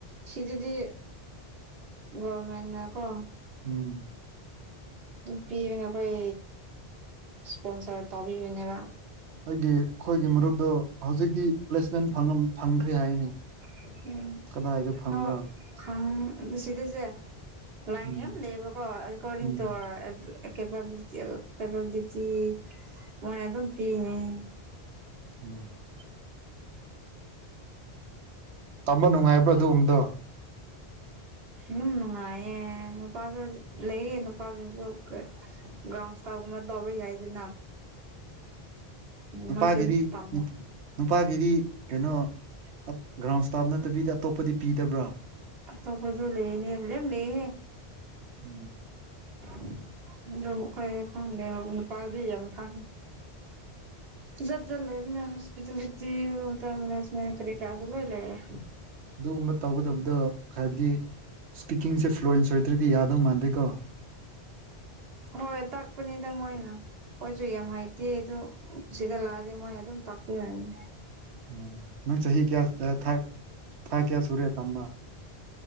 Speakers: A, on the right (about 65°); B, on the right (about 85°).
A: ꯁꯤꯗꯗꯤ ꯒꫭꯔꯃꯦꯟꯅ ꯀꯣ
B: ꯎꯝ
A: ꯄꯤꯕꯅꯦ ꯑꯩꯈꯣꯏ ꯏꯁꯄꯣꯟꯁꯔ ꯇꯕꯤꯕꯅꯦꯕ
B: ꯑꯩꯒꯤ ꯑꯩꯈꯣꯏꯒꯤ ꯃꯔꯨꯞꯇꯣ ꯍꯧꯖꯤꯛꯇꯤ ꯄ꯭ꯂꯦꯁꯃꯦꯟ ꯐꯪꯉꯝ ꯐꯪꯈ꯭ꯔꯦ ꯍꯥꯏꯅꯤ
A: <unintelligible>
B: ꯀꯗꯥꯏꯗ ꯐꯪꯕ꯭ꯔꯥ
A: ꯈꯪ ꯑꯗꯨ ꯁꯤꯗꯁꯦ ꯂꯥꯏꯟ
B: ꯎꯝ
A: ꯌꯥꯝ ꯂꯩꯌꯦꯕꯀꯣ ꯑꯦꯀꯣꯔꯗꯤꯡ
B: ꯎꯝ
A: ꯇꯨ ꯑꯔ ꯑꯦꯀꯦꯄꯕꯦꯂꯤꯇꯤ ꯑ ꯄꯕꯦꯂꯤꯇꯤ ꯃꯣꯏꯅ ꯑꯗꯨꯝ ꯄꯤ ꯍꯥꯏꯌꯦ
B: <unintelligible> ꯇꯝꯕ ꯅꯨꯡꯉꯥꯏꯕ꯭ꯔꯣ ꯑꯗꯨꯒꯨꯝꯕꯗꯣ
A: ꯁꯤꯅꯨꯡ ꯅꯨꯉꯥꯏꯌꯦ ꯅꯨꯄꯥꯁꯨ ꯂꯩꯌꯦ ꯅꯨꯄꯥꯁꯤꯡꯁꯨ ꯒ꯭ꯔꯥꯎꯟ ꯁ꯭ꯇꯥꯕ ꯒꯨꯝꯕ ꯇꯧꯕ ꯌꯥꯏꯗꯅ
B: ꯅꯨꯄꯥꯒꯤꯗꯤ
A: ꯃꫭꯏꯁꯨ ꯇꯝꯃꯦ
B: ꯅꯨꯄꯥꯒꯤꯗꯤ ꯀꯩꯅꯣ ꯑꯥꯞ ꯒ꯭ꯔꯥꯎꯟ ꯁ꯭ꯇꯥꯞ ꯅꯠꯇꯕꯤꯗ ꯑꯇꯣꯞꯄꯗꯤ ꯄꯤꯗꯕ꯭ꯔꯥ
A: ꯑꯇꯣꯞꯄꯖꯨ ꯂꯩꯌꯦꯅꯦ ꯂꯣꯏꯝ ꯂꯩꯌꯦꯍꯦ
B: <unintelligible>
A: <inaudible> ꯑꯗꯨꯕꯨ ꯑꯈꯣꯏ ꯈꯪꯗꯦ ꯅꯨꯄꯥꯒꯤ ꯌꯥꯝ ꯈꯪ ꯖꯠ ꯖꯠ ꯂꯩꯕꯅꯦ ꯍꯣꯁꯄꯤꯇꯥꯜꯂꯤꯇꯤ ꯍꫭꯇꯦꯜ ꯃꯦꯅꯦꯁꯃꯦꯟ ꯀꯔꯤ ꯀꯔꯥꯗꯨ ꯂꫭꯏ ꯂꯩꯌꯦ
B: ꯑꯗꯨꯒꯨꯝꯕ ꯇꯧꯒꯗꯕꯗꯣ ꯍꯥꯏꯕꯗꯤ ꯁ꯭ꯄꯤꯀꯤꯡꯁꯦ ꯐ꯭ꯂꯨꯋꯟꯁ ꯑꯣꯏꯗ꯭ꯔꯗꯤ ꯌꯥꯗꯧ ꯃꯥꯟꯗꯦꯀꯣ
A: ꯍꯣꯏ ꯇꯥꯛꯄꯅꯦꯗ ꯃꫭꯏꯅ ꯈꯣꯏꯖꯨ ꯌꯥꯝ ꯍꯩꯇꯦ ꯑꯗꯨ ꯁꯤꯗ ꯂꯥꯛꯑꯗꯤ ꯃꯣꯏꯅ ꯑꯗꯨꯝ ꯇꯥꯛꯄꯤꯔꯅꯤ
B: ꯎꯝ ꯅꯪ ꯆꯍꯤ ꯀꯌꯥꯥ ꯑꯥ ꯊꯥ ꯊꯥ ꯀꯌꯥ ꯁꯨꯔꯦ ꯇꯝꯕꯥ